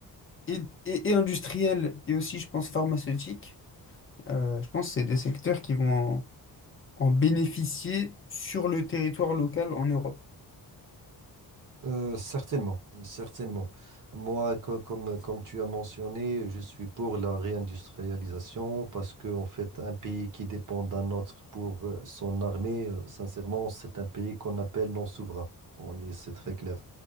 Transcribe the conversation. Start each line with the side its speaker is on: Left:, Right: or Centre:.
Left: et, et- et industriel et aussi, je pense, pharmaceutique, euh, je pense que c'est des secteurs qui vont en, en bénéficier sur le territoire local en Europe.
Right: Euh, certainement, certainement. Moi, co- comme, comme tu as mentionné, je suis pour la réindustrialisation parce que, en fait, un pays qui dépend d'un autre pour euh, son armée, euh, sincèrement, c'est un pays qu'on appelle non souverain. Bon, il est- c'est très clair.